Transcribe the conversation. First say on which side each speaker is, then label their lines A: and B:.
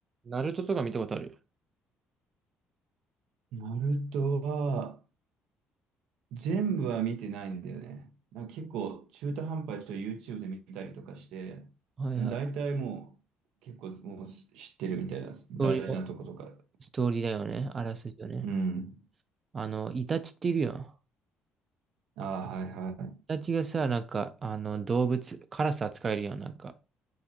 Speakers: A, on the right; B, on the right.
A: ナルトとか見たことある
B: ナルトは、全部は見てないんだよね。なんか結構中途半端にちょっと YouTube で見たりとかして、
A: はいはい。
B: 大体もう結構もう知ってるみたいな大事なとことか。
A: ストーリーも、ストーリーだよね。あらすじよね。
B: うん。
A: あの、イタチっているよ。
B: ああ、はいはい。
A: イタチがさ、なんか、あの、動物、カラス扱えるよ。なんか、